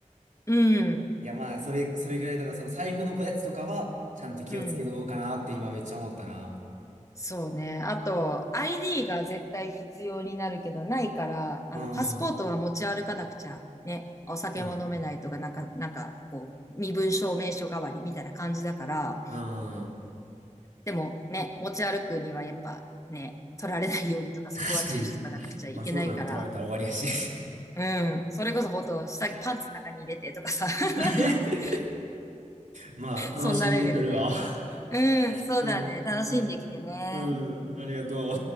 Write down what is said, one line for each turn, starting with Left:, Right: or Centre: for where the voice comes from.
Left: うん。
Right: いや、まあ、それ、それぐらいだから、その財布のやつとかは、ちゃんと気をつけとこうかなって今めっちゃ思ったな。
Left: うん。そうね。あと、ID が絶対必要になるけど、ないから、あの、
Right: うん。
Left: パスポートは持ち歩かなくちゃ。ね。お酒も飲めないとか、
Right: そうだ
Left: なんか、なんか、こう、身分証明書代わりみたいな感じだから、
Right: うん。
Left: でもね、持ち歩くにはやっぱね、取られないようにとか、そこは注意しとかなくちゃいけないから、
Right: 確かに、パスポートなんか取られたら終わりやし。
Left: うん。それこそほんと、下着パンツの中に入れてとかさ。<laughs>
Right: <laughs> まあ、
Left: そんなレベルだよ。
Right: 楽しんでくるわ。<laughs>
Left: うん、そうだね。
Right: うん、
Left: 楽しんできてね。
Right: うん、うん、ありがとう。